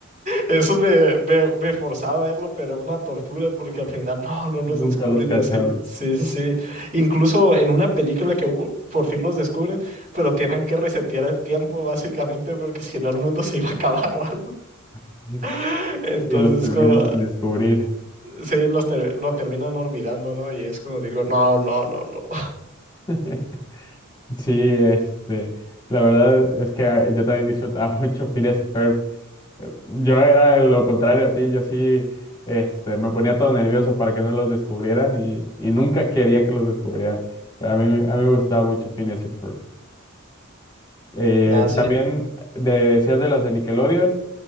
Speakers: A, on the right; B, on the left.
A: eso me, me, me forzaba a verlo, pero era una tortura porque al final no, no los
B: Nunca
A: descubren
B: los cachaba.
A: y así. Sí, sí, sí. Incluso en una película que hubo, por fin los descubren, pero tienen que resetear el tiempo básicamente porque si no el mundo se iba a acabar o algo.
B: <laughs>
A: <laughs> Entonces,
B: Y los terminan
A: como, ah,
B: sin descubrir.
A: sí, los ter- lo terminan olvidando, ¿no? Y es como digo, no, no, no, no.
B: <laughs> Sí, este, la verdad es que ah, yo también disfrutaba <laughs> mucho Phineas y Ferb. Eh, Yo era lo contrario a ti, yo sí, este, me ponía todo nervioso para que no los descubrieran y, y nunca quería que los descubrieran. Pero a mí, a mí me gustaba mucho Phineas y Ferb. Eh,
A: Nada, sí.
B: también de- decías de las de Nickelodeon,